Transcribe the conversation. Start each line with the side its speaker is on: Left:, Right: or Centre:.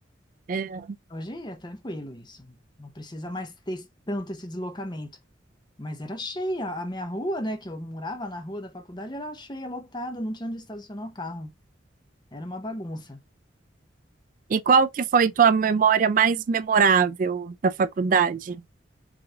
Right: É.
Left: hoje é tranquilo isso. Não precisa mais ter esse- tanto esse deslocamento. Mas era cheia. A minha rua, né, que eu morava na rua da faculdade, era cheia, lotada, não tinha onde estacionar o carro. Era uma bagunça.
Right: E qual que foi tua memória mais memorável da faculdade?